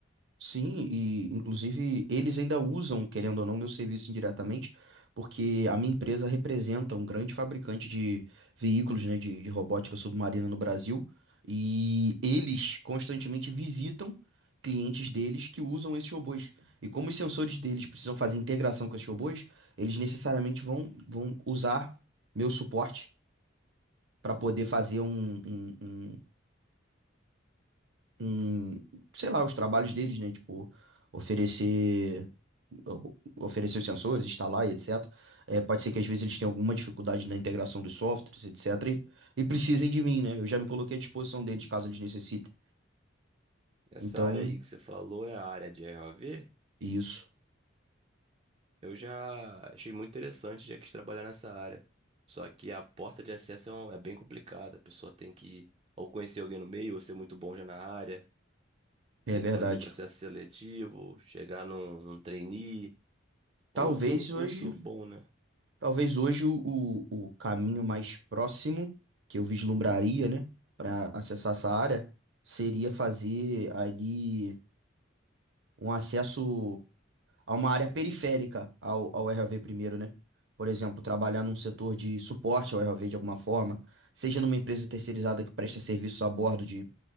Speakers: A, on the right (about 65°); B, on the right (about 30°).
A: Sim, e inclusive eles ainda usam, querendo ou não, meu serviço indiretamente, porque a minha empresa representa um grande fabricante de veículos, né, de, de robótica submarina no Brasil, e eles constantemente visitam clientes deles que usam esses robôs. E como os sensores deles precisam fazer integração com esses robôs, eles necessariamente vão, vão usar meu suporte para poder fazer um, um, um- em, sei lá, os trabalhos deles, né? Tipo, oferecer, o- oferecer os sensores, instalar e etc. É, pode ser que às vezes eles tenham alguma dificuldade na integração dos softwares, etc. E, e precisem de mim, né? Eu já me coloquei à disposição deles caso eles necessitem.
B: Essa
A: Então,
B: área aí que você falou é a área de ROV.
A: isso
B: Eu já achei muito interessante, já quis trabalhar nessa área. Só que a porta de acesso é um- é bem complicada. A pessoa tem que ou conhecer alguém no meio, ou ser muito bom já na área,
A: é
B: tem
A: verdade.
B: que fazer processo seletivo, chegar num, num trainee, ou
A: Talvez
B: ter um curso
A: hoje,
B: bom, né?
A: talvez hoje o, o, o caminho mais próximo que eu vislumbraria, né, para acessar essa área seria fazer ali um acesso. a uma área periférica ao, ao RAV primeiro, né? Por exemplo, trabalhar num setor de suporte ao RAV de alguma forma, seja numa empresa terceirizada que presta serviço a bordo de